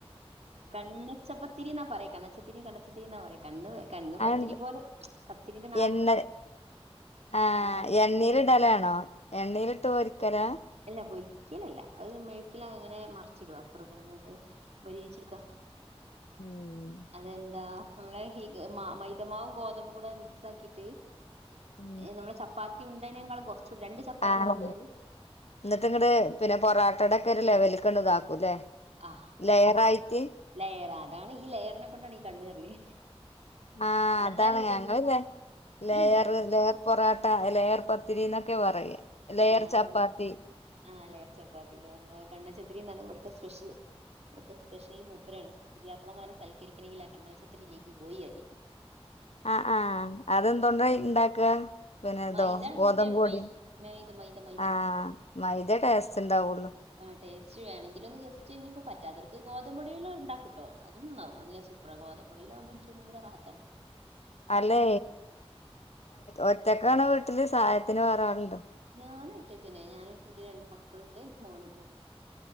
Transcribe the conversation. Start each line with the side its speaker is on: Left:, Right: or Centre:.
Right: കണ്ണച്ചപ്പത്തിരി എന്നാ പറയ് കണ്ണച്ചത്തിരി കണച്ചത്തിരിന്നാ പറയ് കണ്ണ് കണ്ണ്
Left: അതെന്ത്
Right: പത്തിരി പോലെ പത്തിരീൻ്റെ
Left: എണ്ണ ആ
Right: കട്ടിയില്
Left: എണ്ണൽ ഇടലാണോ എണ്ണലിട്ട് പൊരിക്കല
Right: അല്ല പൊരിക്കലല്ല അത് മെഴക്കില അങ്ങനെ മറിച്ചിടുവാ അപ്പറ പററന്നിട്ട് മൊരിയിചെടക്ക
Left: ഉം
Right: അതെന്താ നമ്മെ മൈതമാവും ഗോതമ്പും കൂടെ മിക്സ് ആക്കിട്ട്
Left: ഉം
Right: നമ്മുടെ ചപ്പാത്തി ഉണ്ടേതിനേക്കാളും കുറച്ചൂട രണ്ട് ചപ്പാത്തിന്റെറെ
Left: ആഹ്
Right: ഉണ്ടല്
Left: എന്നിട്ട് ഇങ്ങടെ പിന്നെ പൊറോട്ടേയുടെ ഒക്കെ ഒരു ലെവലക്കണ് ഇതാക്കൂല്ലേ
Right: ആ
Left: ലയറ ആയിട്ട്
Right: ലെയർ അതാണ് ഈ ലെയറിനെ കൊണ്ടാണ് ഈ കണ്ണ് കറീണെ.
Left: ആ
Right: നാല്
Left: അതാണ് ഞങ്ങളല്ലെ
Right: മൂന്ന്
Left: ലെയർ
Right: ആ
Left: ലെയർ പൊറാട്ട ലയർ ചപ്പത്തിരി എന്നൊക്കെ പറയ ലയർ
Right: ആ
Left: ചപ്പാത്തി
Right: ലെയർ ആ ലേയർ ചപ്പാത്തില്ലേ എന്ന കണ്ണ ന്നാണ് ഇവിടുത്തെ സ്പെഷ്യൽ ഇവിത്തെ സ്പെഷ്യൽ മൂപ്പരാണ് പുത്യാപ്ല മാരെ ക്കണെങ്കിൽ ആ കണ്വച്ചത്രരി ഇല്ലെങ്കിൽ പോയിയികാര്യം
Left: ആ ആഹ അതെന്തണ്ട ഇണ്ടാക്കുക പിന്നെതോ
Right: മൈദാണ്
Left: ഗഓതമ്പൊഡിയോ
Right: അതിന്റെ മെയിൻ മൈദ മൈദ മൈദ
Left: ആ മൈതേ ടേസ്റ്റ് ഉണ്ടാവ
Right: ആ ടേസ്റ്റ് വേണെങ്കിൽ ഒന്ന് ജസ്റ്റ് ഇനിപ്പോപ്പ പറ്റാതോർക്ക് ഗോതമ്പൊടിയെല്ലാം ഉണ്ടാക്കൂട്ടോ നല്ല സൂപ്രകോദം പൊടിയിലകുമോ ഇൻക്ക് കൂടെ റാഹത്താണ്
Left: അല്ലെ ഒറ്റക്കാണ് വീട്ടില് സഹായത്തിന് വേറളുണ്ടോ
Right: ഞാന ഒറ്റക്കനെ ഞൻ എറെ രണ്ടു മക്കളുണ്ട് മോന പോ